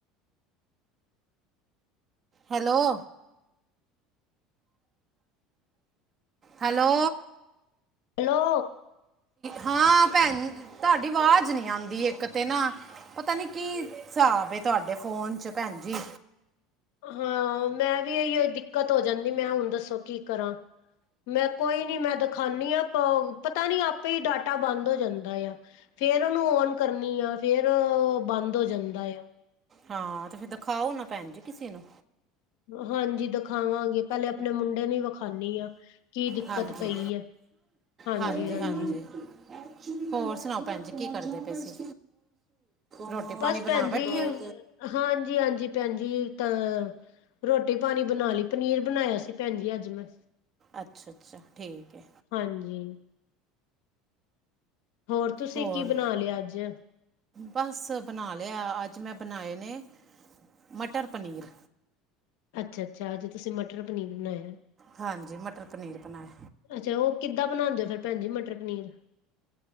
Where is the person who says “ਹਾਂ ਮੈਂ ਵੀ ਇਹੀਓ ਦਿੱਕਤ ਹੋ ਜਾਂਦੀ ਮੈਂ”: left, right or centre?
Left